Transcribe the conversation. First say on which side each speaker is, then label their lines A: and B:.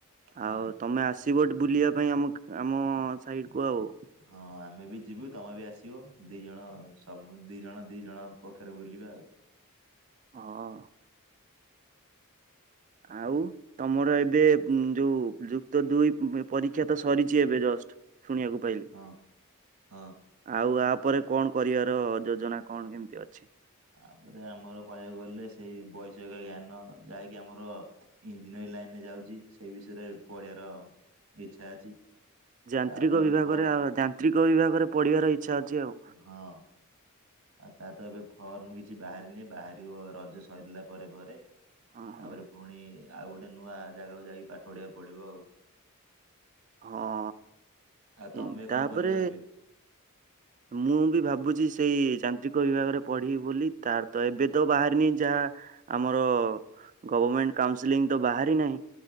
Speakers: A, on the right; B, on the right.
A: ହୁଁ।
B: ଆଉ ତମେ ଆସିବ ଏଠି ବୁଲିବା ପାଇଁ ଆମ ଆମ ସାଇଡ଼କୁ ଆଉ।
A: ହଁ ଆମେ ବି ଯିବୁ ତମେ ବି ଆସିବ ଦି ଜଣ ସମୁ ଦି ଜଣ ଦି ଜଣ ପଖାରେ ବୁଲିବା ଆଉ।
B: ହଁ ଆଉ ତମର ଏବେ ଉଁ ଯୋଉ ଯୁକ୍ତ ଦୁଇ ପରୀକ୍ଷା ତ ସରିଛି ଏବେ ଜଷ୍ଟ। ଶୁଣିବାକୁ ପାଇଲି।
A: ହଁ ହଁ।
B: ଆଉ ଆପରେ କଣ କରିବାର ଯୋଜନା କଣ କେମିତି ଅଛି?
A: ଆପରେ ଆମର କହିବାକୁ ଗଲେ ସେଇ ବୈଷୟିକ ଜ୍ଞାନ ଯାହାକି ଆମର ଇଞ୍ଜିନିୟରିଂ ଲାଇନରେ ଯାଉଛି ସେଇ ବିଷୟରେ ପଢ଼ିବାର ଇଚ୍ଛା ଅଛି।
B: ଯାନ୍ତ୍ରିକ
A: ଆଉ ତା ତ ଏବେ
B: ବିଭାଗରେ
A: ଫର୍ମ
B: ଆ ଯାନ୍ତ୍ରିକ ବିଭାଗରେ ପଢ଼ିବାର ଇଚ୍ଛା ଅଛି ଆଉ।
A: ହଁ। ଆଉ ତାର ତ ଏବେ ଫର୍ମ କିଛି ବାହାରିନେଇ ବାହାରିବ ରଜ ସରିିଲା ପରେ ପରେ?
B: ଓହୋ
A: ତାପରେ ପୁଣି ଆଉ ଗୋଟେ ନୂଆ ଜାଗାକୁ ଯାଇକି ପାଠ ପଢିବାକୁ ପଡ଼ିବ ଆଉ।
B: ହଁ
A: ଆଉ ତମେ
B: ଉଁ ତାପରେ
A: କଣ କରିବ ଏବେ
B: ମୁଁ ବି ଭାବୁଛି ସେଇ ଯାନ୍ତ୍ରିକ ବିଭାଗରେ ପଢ଼ିବି ବୋଲି ତାର ତ ଏବେ ତ ବାହାରିନି ଯା ଆମର ଗଭରମେଣ୍ଟ କାଉସିଲଂ ତ ବାହାରି ନାହିଁ